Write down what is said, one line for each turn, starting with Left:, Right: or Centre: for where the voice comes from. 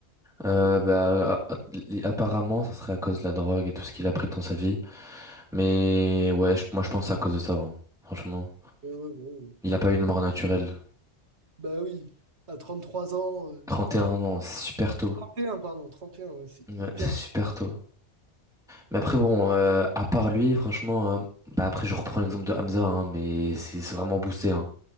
Centre: Euh, bah, a- a- li- apparemment, ça serait à cause de la drogue et tout ce qu'il a pris dans sa vie. Mais ouais, je- moi je pense que c'est à cause de ça, hein. Franchement.
Right: euh, ouais, ouais, ouais.
Centre: Il a pas eu une mort naturelle.
Right: Bah oui, à 33 ans. euh,
Centre: trente et un ans, c'est super tôt.
Right: 31, pardon, 31, ouais, c'est
Centre: Ouais,
Right: hyper...
Centre: c'est super
Right: cher.
Centre: tôt. Mais après, bon, euh, à part lui, franchement, euh, bah après, je reprends l'exemple de Hamza, hein, mais c'est c'est vraiment boosté, hein.